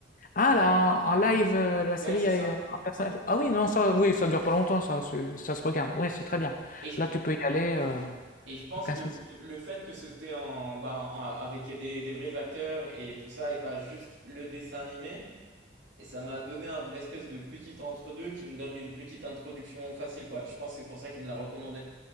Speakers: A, on the left; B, on the right.
A: Ah là, en en live, euh, la série
B: Ouais, c'est
A: a
B: ça.
A: un personnage. Ah oui, non, ça, oui, ça dure pas longtemps, ça, c'est- ça se regarde. Oui, c'est très bien.
B: Et je,
A: Là, tu peux y aller, euh,
B: et je pense
A: aucun
B: que
A: souci.
B: le fait que c'était en, ben, en- avec des, des vrais acteurs et tout ça, et pas juste le dessin animé, Et ça m'a donné un- une espèce de petit entre-deux qui me donne une petite introduction facile, quoi. Je pense que c'est pour ça qu'il me l'a recommandé.